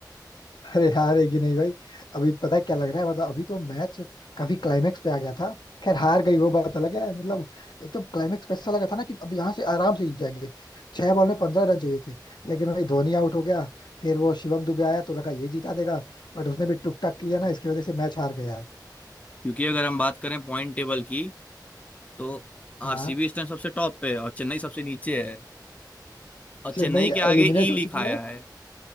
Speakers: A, on the left; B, on the left.
A: <laughs> अरे हार है कि नहीं भाई अभी पता है क्या लग रहा है मतलब अभी तो मैच काफी क्लाइमेक्स पे आ गया था खैर हार गई वो बात अलग है मतलब एकदम क्लाइमेक्स पे ऐसा लगा था ना कि अब यहाँ से आराम से जीत जाएंगे छह बॉल में पंद्रह रन चाहिए थे लेकिन भाई धोनी आउट हो गया फिर वो शिवम दुबे आया तो लगा ये जिता देगा बट उसने भी टुक टाक किया ना इसकी वजह से मैच हार गया
B: क्योंकि अगर हम बात करें पॉइंट टेबल की तो
A: हाँ
B: आरसीबी इस टाइम सबसे टॉप पे है और चेन्नई सबसे नीचे है और
A: चेन्नई
B: चेन्नई के आगे
A: एलिमिनेट
B: ई
A: हो
B: लिखा
A: चुकी
B: आया
A: है
B: है